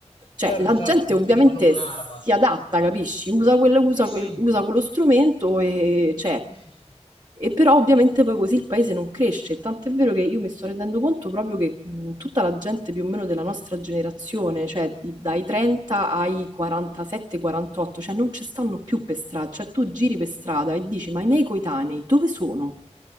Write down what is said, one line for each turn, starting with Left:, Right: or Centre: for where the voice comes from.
Right: Cioè,
Left: certo,
Right: la
Left: certo,
Right: gente
Left: gli metti
Right: ovviamente
Left: in mano un'arma.
Right: si adatta, capisci? Usa quello, usa
Left: Sì, sì.
Right: quel- usa quello strumento e, cioè,
Left: Sì, sì, sì.
Right: e però ovviamente poi così il paese non cresce. Tant'è vero che io mi sto rendendo conto proprio che mh, tutta la gente più o meno della nostra generazione, cioè di- dai 30 ai 47-48, cioè non ci stanno più per strada. Cioè tu giri per strada e dici, ma i miei coetanei dove sono?